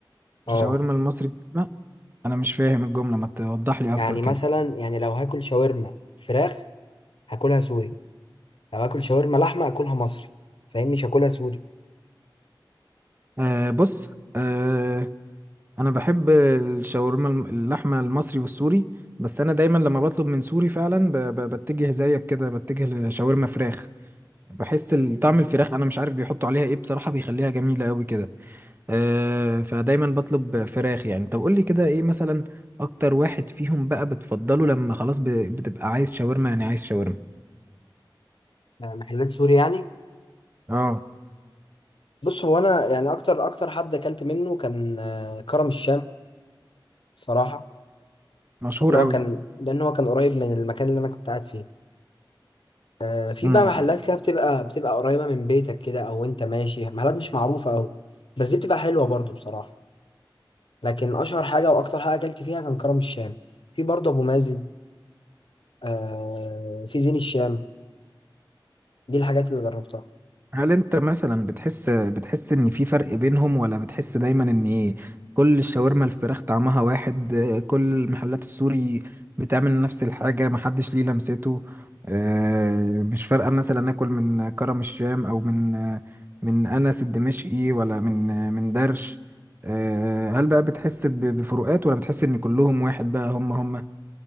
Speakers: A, on the left (about 85°); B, on the right (about 25°).
A: اه
B: الشاورما المصري لحمة؟ انا مش فاهم الجمله ما توضح لي
A: يعني
B: اكتر كده
A: مثلا يعني لو هاكل شاورما فراخ هاكلها سوري لو اكل شاورما لحمه اكلها مصري فاهم مش هاكلها سوري
B: آه بص آه انا بحب الشاورما الم- اللحمه المصري والسوري بس انا دايما لما بطلب من سوري فعلا ب... ب... بتجه زيك كده بتجه لشاورما فراخ بحس ال- طعم الفراخ انا مش عارف بيحطوا عليها ايه بصراحه بيخليها جميله قوي كده أه فدايما بطلب فراخ يعني طب قول لي كده ايه مثلا اكتر واحد فيهم بقى بتفضله لما خلاص ب... بتبقى عايز شاورما يعني عايز شاورما
A: آه، محلات سوري يعني
B: اه
A: بص هو انا يعني اكتر اكتر حد اكلت منه كان آه، كرم الشام بصراحه
B: مشهور
A: لان
B: قوي
A: هو كان لان هو كان قريب من المكان اللي انا كنت قاعد فيه آه، في
B: امم
A: بقى محلات كده بتبقى بتبقى قريبه من بيتك كده او انت ماشي محلات مش معروفه قوي بس دي بتبقى حلوه برضو بصراحه لكن اشهر حاجه واكتر حاجه اكلت فيها كان كرم الشام في برضو ابو مازن آه، في زين الشام دي الحاجات اللي جربتها
B: هل انت مثلا بتحس بتحس ان في فرق بينهم ولا بتحس دايما ان إيه، كل الشاورما الفراخ طعمها واحد آه، كل المحلات السوري بتعمل نفس الحاجة محدش ليه لمسته آه، مش فارقة مثلا اكل من كرم الشام او من آه، من انس الدمشقي ولا من آه، من درش آه، هل بقى بتحس ب- بفروقات ولا بتحس ان كلهم واحد بقى هم هم